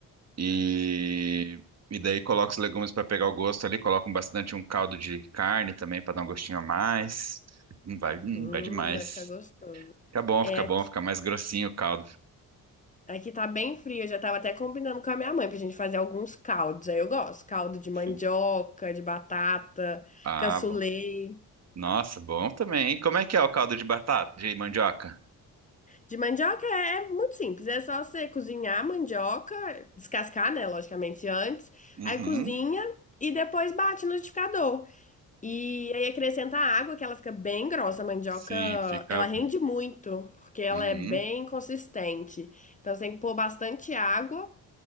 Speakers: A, on the right (about 45°); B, on the left (about 20°).
A: E, e daí coloca os legumes para pegar o gosto ali, coloca um- bastante um caldo de carne também para dar um gostinho a mais. Hum, Vai, hum,
B: Hum,
A: vai demais.
B: deve ficar gostoso.
A: Fica bom,
B: É
A: fica
B: aqui.
A: bom, fica mais grossinho o caldo.
B: Aqui tá bem frio, eu já tava até combinando com a minha mãe pra gente fazer alguns caldos. Aí eu gosto, caldo de mandioca,
A: Sim.
B: de batata,
A: Ah,
B: cassoulet.
A: bom. Nossa, bom também. hein? Como é que é o caldo de batata, de mandioca?
B: De mandioca é é muito simples, é só você cozinhar a mandioca, descascar, né, logicamente antes,
A: Uhum.
B: aí cozinha e depois bate no liquidificador. E aí acrescenta água, que ela fica bem grossa, a mandioca,
A: Sim, fica.
B: ela rende muito, porque ela
A: Uhum,
B: é bem consistente. Então você tem que pôr bastante água